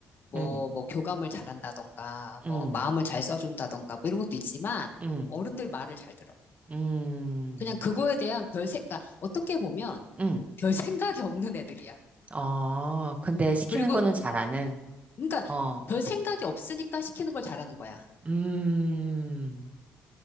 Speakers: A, on the left (about 50°); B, on the right (about 30°).
A: 뭐,
B: 음,
A: 뭐, 교감을 잘한다던가, 뭐,
B: 음,
A: 마음을 잘 써준다던가, 뭐 이런 것도 있지만
B: 음,
A: 어른들 말을 잘 들어.
B: 음,
A: 그냥 그거에 대한 별색, 그러니까 어떻게 보면
B: 음.
A: 별 생각이 없는 애들이야.
B: 어, 근데 시키는
A: 그리고,
B: 거는 잘하는,
A: 그러니까
B: 어,
A: 별 생각이 없으니까 시키는 걸 잘하는 거야.
B: 음,